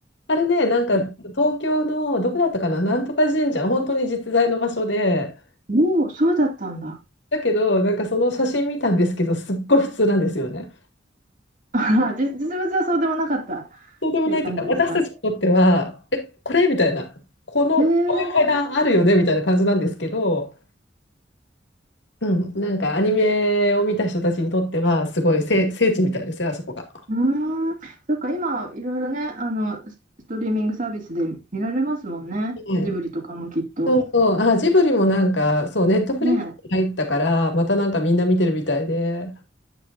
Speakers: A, on the left; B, on the right.
A: あれね、なんか東京のどこだったかな、
B: ね。
A: なんとか神社、本当に実在の場所で、
B: おお、そうだったんだ。
A: だけど、なんかその写真見たんですけど、すっごい普通なんですよね。
B: <laughs> あらじ実物はそうでもなかったっ
A: そうでもないというか、
B: ていう感じですか。
A: 私たちにとっては、え、これみたいな、この、
B: へえ
A: こういう階段あるよねみたいな感じなんですけど、うん、なんかアニメを見た人たちにとっては、すごい聖、聖地みたいですよ、あそこが。
B: うーん、そっか、今、いろいろね、あの、スストリーミングサービスで見られますもんね。
A: はい、
B: ジブリとかもきっと。
A: そうそう、あ、ジブリもなんか、そう、ネットフリックスに入ったから、
B: ね
A: またなんかみんな見てるみたいで、